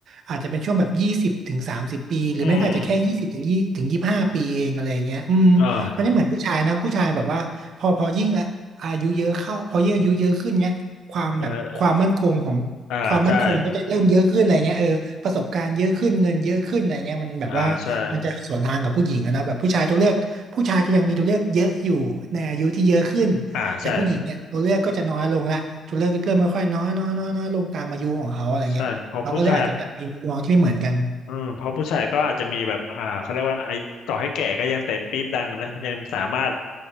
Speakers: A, on the right; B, on the left.
A: อาจจะเป็นช่วงแบบยี่สิบถึงสามสิบปีหรือไม่ก็อาจจะแค่ยี่สิบถึงยี่ถึงยี่สิบห้าปีเองอะไรเงี้ยอืมมันไม่เหมือนผู้ชายนะผู้ชายแบบว่า
B: อืมอ่า
A: พอพอยิ่งอะอายุเยอะเข้าพอยิ่งอายุเยอะขึ้นเนี้ยความแบบความมั่นคงของความมั่นคงก็จะเริ่มเยอะขึ้นอะไรเงี้ยเออประสบการณ์เยอะขึ้นเงินเยอะขึ้นอะไรเงี้ยมันแบบว่ามันจะสวนทางกับผู้หญิงอะนะแบบผู้ชายตัวเลือกผู้ชายจะยังมีตัวเลือกเยอะอยู่ในอายุที่เยอะขึ้น
B: เอออ่าใช่อ่าใช่อ่าใช่
A: แต่ผู้หญิงเนี่ยตัวเลือกก็จะน้อยลงละตัวเลือกก็เริ่มค่อยๆน้อยน้อยน้อยน้อยลงตามอายุของเขาอะไรเงี้ยเขาก็เลยอาจจะแบบมีมุมมองที่ไม่เหมือนกัน
B: ใช่เพอผู้ชาย อืมเพราะผู้ชายก็อาจจะมีแบบอ่าเขาเรียกว่าไอ้ต่อให้แก่ก็ยังเตะปี๊บดังนะยังสามารถ